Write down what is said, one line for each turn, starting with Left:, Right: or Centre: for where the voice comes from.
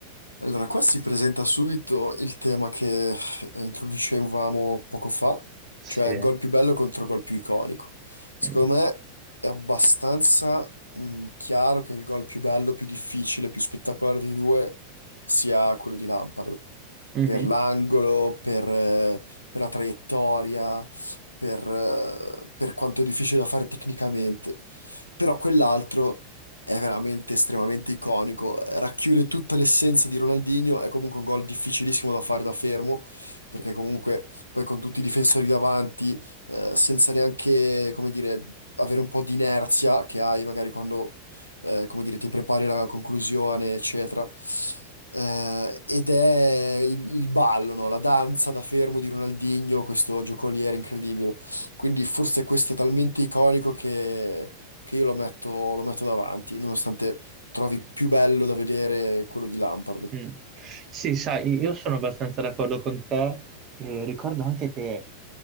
Left: Allora, qua si presenta subito il tema che eh, introducevamo poco fa,
Right: Sì.
Left: cioè gol più bello contro gol più iconico. Secondo
Right: Mm.
Left: me è abbastanza mh, chiaro che il gol più bello, più difficile, più spettacolare dei due sia quello di Lampard.
Right: Mhm.
Left: Per l'angolo, per, eh, per la traiettoria, per, eh, per quanto è difficile da fare tecnicamente. Però quell'altro è veramente estremamente iconico, racchiude tutta l'essenza di Ronaldinho, è comunque un gol difficilissimo da fare da fermo, perché comunque poi con tutti i difensori davanti, eh, senza neanche, come dire, avere un po' di inerzia che hai magari quando, eh, come dire, ti prepari la conclusione, eccetera. Eh, ed è il, il ballo, no? La danza da fermo di Ronaldinho, questo giocoliere incredibile. Quindi forse questo è talmente iconico che che io lo metto, lo metto davanti, nonostante trovi più bello da vedere quello di Lampard.
Right: Mm. Sì, sai, io sono abbastanza d'accordo con te. e ricordo anche che